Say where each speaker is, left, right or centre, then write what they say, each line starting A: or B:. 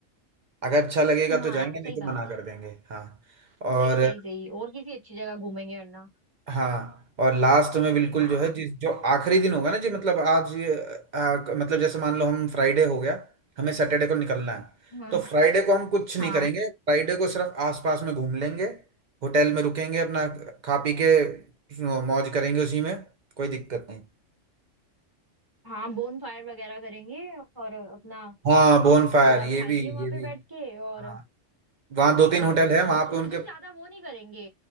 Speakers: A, on the right (about 60°); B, on the right (about 20°).
A: अगर अच्छा लगेगा
B: हाँ
A: तो जाएंगे नहीं
B: सही
A: तो
B: बात
A: मना कर देंगे हाँ और
B: सही सही सही और किसी अच्छी जगह घूमेंगे वरना
A: हाँ और लास्ट में बिल्कुल
B: हाँ
A: जो है जिस जो आखिरी दिन होगा ना जी मतलब आज आ, मतलब जैसे मान लो हम फ्राइडे हो गया हमें सैटरडे को निकलना है
B: हम्म
A: तो फ्राइडे को हम कुछ नहीं
B: हाँ
A: करेंगे फ्राइडे को सिर्फ आसपास में घूम लेंगे होटल में रुकेंगे अपना खा पी के मौज करेंगे उसी में कोई दिक्कत नहीं
B: हाँ बोन फायर वगैरह करेंगे और अपना
A: हाँ बोन फायर
B: थोड़ा
A: ये
B: खाएंगे
A: भी
B: वहां
A: ये
B: पे
A: भी
B: बैठ के और
A: हाँ वहाँ दो तीन
B: और
A: होटल है वहाँ
B: बस उस
A: पे उनके
B: दिन ज्यादा वो नहीं करेंगे